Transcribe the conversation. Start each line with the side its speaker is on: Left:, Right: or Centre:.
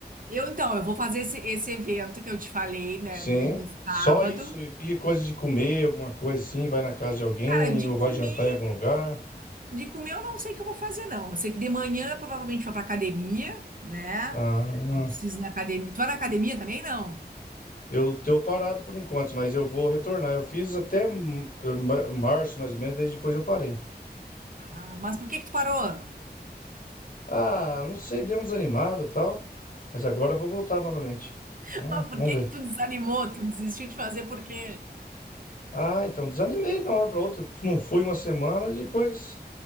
Right: Eu, então, eu vou fazer esse, esse evento que eu te falei, né,
Left: Sim,
Right: do, no
Left: só
Right: sábado.
Left: isso e e coisa de comer, alguma coisa assim, vai na casa de alguém
Right: Cara, de
Left: ou
Right: comer.
Left: vai jantar em algum lugar.
Right: De comer eu não sei o que eu vou fazer, não. Eu sei que de manhã eu provavelmente vou pra academia, né?
Left: Ah,
Right: Eu preciso ir na academia. Tu vai na academia também, não?
Left: eu tô parado por enquanto, mas eu vou retornar. Eu fiz até m- ma- março mais ou menos, daí depois eu parei.
Right: Ah, mas por que que tu parou?
Left: Ah, não sei, deu um desanimado e tal, mas agora eu vou voltar novamente.
Right: <laughs>
Left: Hum,
Right: Por
Left: vamos
Right: que
Left: ver.
Right: que tu desanimou? Tu desistiu de fazer por quê?
Left: Ah, então desanimei de uma hora para outra. Não fui uma semana, depois